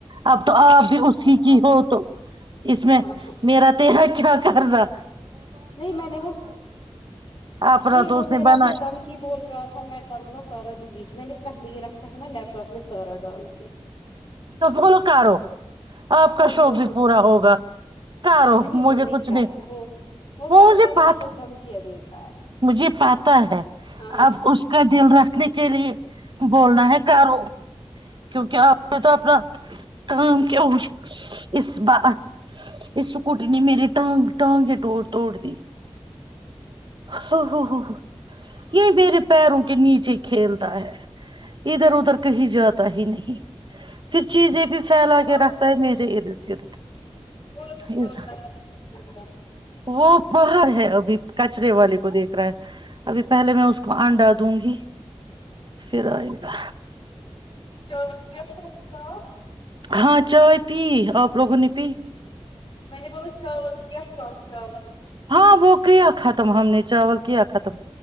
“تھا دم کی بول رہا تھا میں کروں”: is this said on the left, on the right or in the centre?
Left